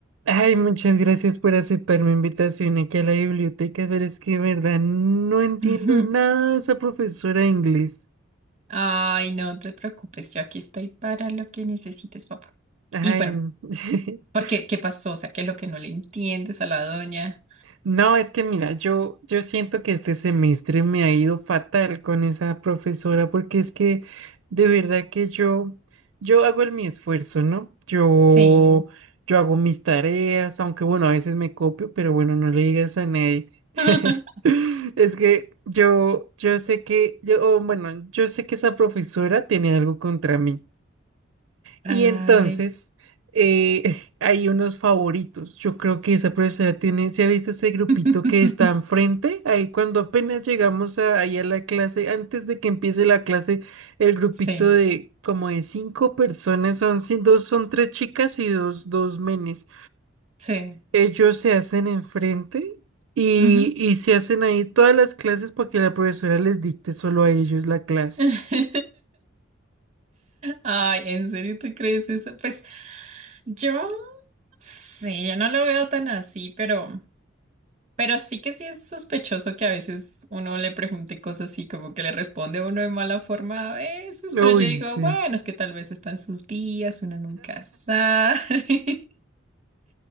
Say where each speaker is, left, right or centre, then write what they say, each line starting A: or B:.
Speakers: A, on the right (about 80°); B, on the right (about 35°).
A: Ay, muchas gracias por aceptar mi invitación aquí a la biblioteca, pero es que, de verdad, no entiendo
B: <laughs> Ujú.
A: nada de esa profesora de inglés.
B: Ay, no no te preocupes, yo aquí estoy para lo que necesites, papá.
A: Ay,
B: Y bueno,
A: <laughs>
B: ¿por qué? ¿Qué pasó? O sea, ¿qué es lo que no le entiendes a la doña?
A: No, es que mira, yo, yo siento que este semestre me ha ido fatal con esa profesora porque es que de verdad que yo, yo hago el mi esfuerzo, ¿no? Yo,
B: Sí.
A: yo hago mis tareas, aunque bueno, a veces me copio, pero bueno, no le digas a nadie. <laughs>
B: <laughs>
A: Es que yo, yo sé que, yo, o bueno, yo sé que esa profesora tiene algo contra mí.
B: Ay.
A: Y entonces eh, <laughs> hay unos favoritos. Yo creo que esa profesora tiene, ¿se ha visto ese grupito
B: <laughs>
A: que está enfrente? Ahí cuando apenas llegamos a, ahí a la clase, antes de que empiece la clase, el grupito
B: Sí,
A: de como de cinco personas, son, sí, dos son tres chicas y dos, dos menes.
B: sí.
A: Ellos se hacen enfrente y,
B: ujú.
A: y se hacen ahí todas las clases para que la profesora les dicte solo a ellos la clase.
B: <laughs> Ay, ¿en serio te crees eso? Pues yo, sí, yo no lo veo tan así, pero... Pero sí que sí es sospechoso que a veces uno le pregunte cosas así, como que le responde uno de mala forma a veces,
A: Uy,
B: pero yo digo,
A: sí.
B: bueno, es que tal vez están sus días, uno nunca sabe.